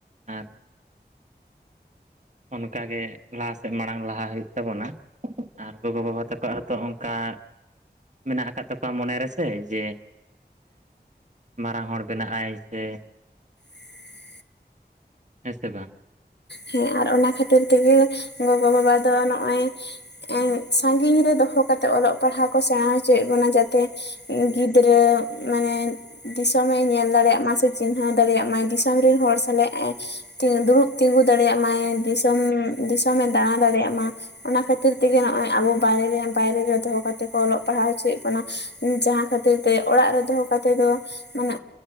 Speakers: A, on the right; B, on the left.
A: ᱟᱨ ᱚᱱᱠᱟᱜᱮ ᱞᱟᱦᱟ ᱥᱮᱫ ᱢᱟᱲᱟᱝ ᱞᱟᱦᱟ ᱦᱩᱭᱩᱜ ᱛᱟᱵᱚᱱᱟ ᱟᱨ ᱜᱚᱜᱚ ᱵᱟᱵᱟ ᱛᱟᱠᱚ ᱦᱚᱸᱛᱚ ᱚᱱᱠᱟ ᱢᱮᱱᱟᱜ ᱟᱠᱟᱫ ᱛᱟᱠᱚᱣᱟ ᱢᱚᱱᱮ ᱨᱮᱥᱮ ᱡᱮ ᱢᱟᱨᱟᱝ ᱦᱚᱲ ᱵᱮᱱᱟᱜ ᱟᱭ ᱥᱮ
B: <unintelligible>
A: ᱦᱮᱸᱥᱮ ᱵᱟᱝ?
B: ᱦᱮᱸ ᱟᱨ ᱚᱱᱟ ᱠᱷᱟᱹᱛᱤᱨ ᱛᱮᱜᱮ ᱜᱚᱜᱚ-ᱵᱟᱵᱟ ᱫᱚ ᱱᱚᱜ-ᱚᱭ ᱥᱟᱜᱤᱧ ᱨᱮ ᱫᱚᱦᱚ ᱠᱟᱛᱮᱜ ᱚᱞᱚᱜ ᱯᱟᱲᱦᱟᱜ ᱠᱚ ᱥᱮᱬᱟ ᱦᱚᱪᱚᱭᱮᱫ ᱵᱚᱱᱟ ᱡᱟᱛᱮ ᱜᱤᱫᱽᱨᱟᱹ ᱢᱟᱱᱮ ᱫᱤᱥᱚᱢᱮ ᱧᱮᱞ ᱫᱟᱲᱮᱭᱟᱜ ᱢᱟ ᱥᱮ ᱪᱤᱱᱦᱟᱹᱣ ᱫᱟᱲᱮᱭᱟᱜ ᱢᱟᱭ ᱫᱤᱥᱚᱢ ᱨᱮᱱ ᱦᱚᱲ ᱥᱟᱞᱟᱜ ᱫᱩᱲᱩᱵ ᱛᱤᱸᱜᱩ ᱫᱟᱲᱮᱭᱟᱜ ᱢᱟᱭ ᱫᱤᱥᱚᱢ, ᱫᱤᱥᱚᱢᱮ ᱫᱟᱬᱟ ᱫᱟᱲᱮᱭᱟᱜ ᱢᱟ᱾ ᱚᱱᱟ ᱠᱷᱟᱹᱛᱤᱨ ᱛᱮᱜᱮ ᱱᱚᱜᱼᱚᱭ ᱟᱵᱚ ᱵᱟᱭᱨᱮ ᱵᱟᱭᱨᱮ ᱨᱮ ᱫᱚᱦᱚ ᱠᱟᱛᱮ ᱠᱚ ᱚᱞᱚᱜ ᱯᱟᱲᱦᱟᱣ ᱦᱚᱪᱚᱭᱮᱫ ᱵᱚᱱᱟ᱾ ᱡᱟᱦᱟᱸ ᱠᱷᱟᱹᱛᱤᱨ ᱛᱮ ᱚᱲᱟᱜ ᱨᱮ ᱫᱚᱦᱚ ᱠᱟᱛᱮ ᱫᱚ ᱢᱟᱱᱮ